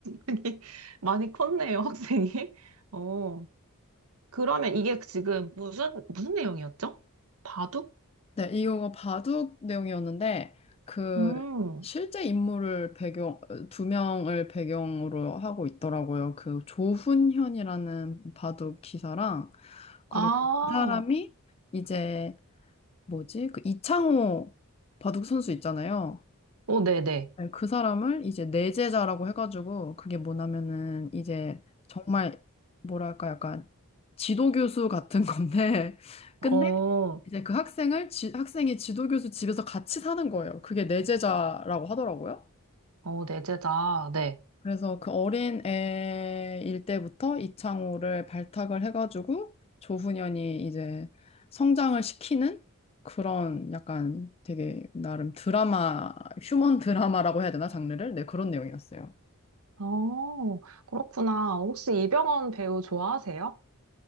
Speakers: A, on the right (about 70°); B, on the left (about 25°).
A: 학생이 많이 컸네요, 학생이. 어, 그러면 이게 지금 무슨 무슨 내용이었죠? 바둑?
B: 네, 이거 바둑 내용이었는데 그
A: 음,
B: 실제 인물을 배경 두 명을 배경으로 하고 있더라고요. 그 조훈현이라는 바둑 기사랑 그리고
A: 아,
B: 그 사람이 이제 뭐지? 그 이창호 바둑 선수 있잖아요.
A: 오, 네네.
B: 네, 그 사람을 이제 내제자라고 해가지고 그게 뭐냐면은 이제 정말 뭐랄까 약간 지도교수 같은 건데 <laughs> 근데
A: 어,
B: 이제 그 학생을 지- 학생이 지도교수 집에서 같이 사는 거예요. 그게 내제자라고 하더라고요.
A: 어, 내재다. 네.
B: 그래서 그 어린 애일 때부터 이창호를 발탁을 해가지고 조훈현이 이제 성장을 시키는 그런 약간 되게 나름 드라마, 휴먼 드라마라고 해야 되나 장르를? 네, 그런 내용이었어요.
A: 어, 그렇구나. 혹시 이병헌 배우 좋아하세요?